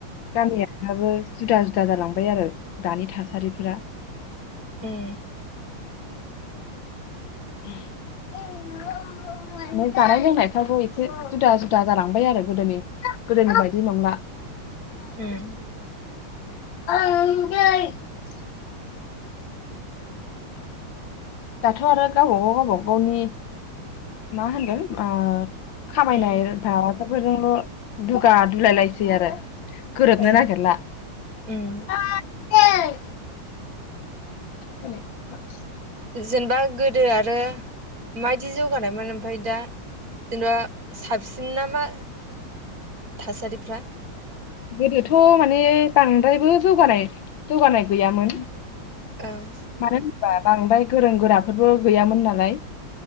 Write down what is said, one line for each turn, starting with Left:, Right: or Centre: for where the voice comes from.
Left: गामिया दाबो जुदा जुदा जालांबाय आरो दानि थासारिफोरा।
Right: ए
Left: <unintelligible> ओमफाय जानाय लोंनायफ्राबो एसे जुदा जुदा जालांबाय आरो गोदोनि गोदोनि बायदि नंला।
Right: उम
Left: <unintelligible> दाथ आरो गावबागाव गावबा गावनि मा होनो आ खामायनाय
Right: उम
Left: <unintelligible> बेफोरजोंल दुगा दुलाय लायसै आरो। गोरोबनो
Right: ओं
Left: नागेरला। <unintelligible>
Right: उम
Left: <unintelligible> <unintelligible>
Right: जेनेबा गोदो आरो माबायदि जौगानायमोन ओमफाय दा जेनेबा साबसिन नामा थासारिफ्रा?
Left: गोदोथ माने बांद्रायबो जौगानाय जौगानाय गैयामोन।
Right: ओं
Left: मानो होनबा बांद्राय गोरों गोराफोरबो गैयामोन नालाय।